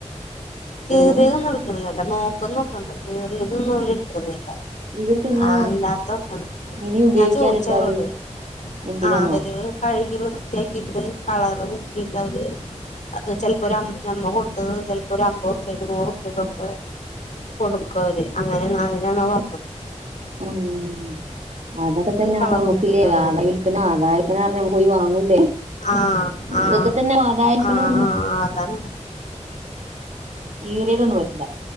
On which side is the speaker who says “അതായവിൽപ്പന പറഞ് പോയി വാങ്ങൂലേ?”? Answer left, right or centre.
Right